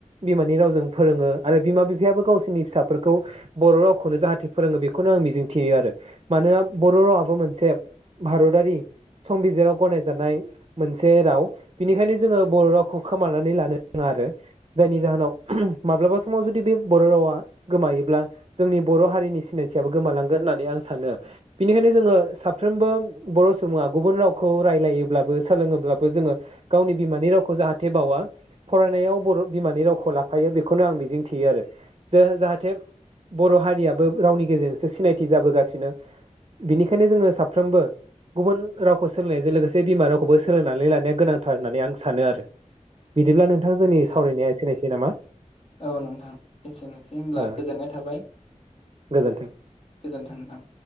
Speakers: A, on the right; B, on the left.
A: बिमा नि रावजों फोरोङो आरो बिमा बिफायाबो गावसोरनि फिसाफोरखौ बर' रावखौनो जाहाथे फोरोङो बेखौनो आं मिजिंथियो आरो मानोना बर' रावाबो मोनसे भारतारि संबिजिराव गनायजानाय मोनसे राव बिनिखायनो जोङो बर' रावखौ खोमानानै लानो नाङा आरो जायनि जाहोनाव माब्लाबा समाव जुदि बे बर रावा गोमायोब्ला जोंनि बर हारिनि सिनायथियाबो गोमालांगोन होननानै आं सानो बिनिखायनो जोंङो साफ्रोमबो बर सुबुङा गुबुन रावखौ रायलायोब्लाबो सोलोङोब्लाबो जोंङो गावनि बिमानि रावखौ जाहाथे बावा फरायनायाव बर बिमानि रावखौ लाफायो। लाफायो बेखौनो आं मिजिं थियो आरो जे जाहाथे बर हारियाबो रावनि गेजेरजोंसो सिनायथि जाबोगासिनो बिनिखायनो जोङो साफ्रोमबो गुबुन रावखौ सोलोंनायजों लोगोसे बिमा रावखौबो सोलोंनानै लानाया गोनांथार होननानै आं सानो आरो। बिदिब्ला नोंथां जोंनि सावरायनाया एसेनोसै। दोनथनोसै नामा।
B: औ नोंथां एसेनोसै होनब्ला
A: ओ
B: गोजोननाय थाबाय
A: गोजोन्थों।
B: गोजोन्थों नोंथां।